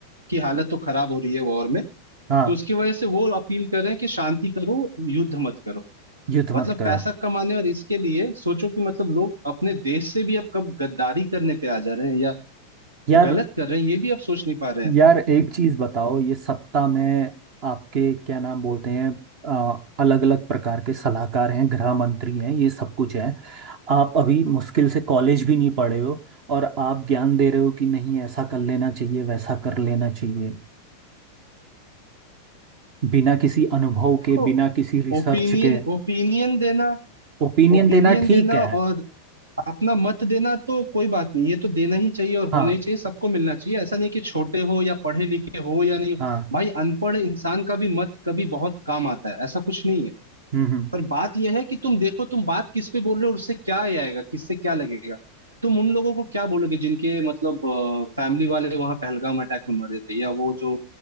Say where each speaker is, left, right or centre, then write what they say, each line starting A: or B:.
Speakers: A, on the right; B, on the right.
A: की हालत तो खराब हो रही है वॉर में
B: हाँ
A: तो उसकी वजह से वो अपील कर रहे हैं कि शांति करो युद्ध मत करो
B: युद्ध
A: मतलब
B: मत करो
A: पैसा कमाने और इसके लिए सोचो कि मतलब लोग अपने देश से भी अब कब गद्दारी करने पे आ जा रहे हैं या
B: यार
A: गलत कर रहे हैं ये भी अब सोच नहीं पा रहे हैं
B: यार एक चीज बताओ ये सत्ता में आपके क्या नाम बोलते हैं अलग अलग प्रकार के सलाहकार हैं गृह मंत्री हैं ये सब कुछ है आप अभी मुश्किल से कॉलेज भी नहीं पढ़े हो और आप ज्ञान दे रहे हो कि नहीं ऐसा कर लेना चाहिए वैसा कर लेना चाहिए बिना किसी अनुभव
A: देखो
B: के बिना किसी रिसर्च
A: ओपिनियन
B: के
A: ओपिनियन देना
B: ओपिनियन
A: ओपिनियन
B: देना ठीक
A: देना
B: है
A: और अपना मत देना तो कोई बात नहीं ये तो देना ही चाहिए और
B: हाँ
A: होना ही चाहिए सबको मिलना चाहिए ऐसा नहीं कि छोटे हो या पढ़े लिखे हो या नहीं
B: हाँ
A: भाई अनपढ़ इंसान का भी मत कभी बहुत काम आता है ऐसा कुछ नहीं है
B: हम्म हम्म
A: पर बात यह है कि तुम देखो तुम बात किस पे बोल रहे हो और उससे क्या ये आएगा किससे क्या लगेगा तुम उन लोगों को क्या बोलोगे जिनके मतलब फैमिली वाले वहां पहलगाम अटैक में मरे थे या वो जो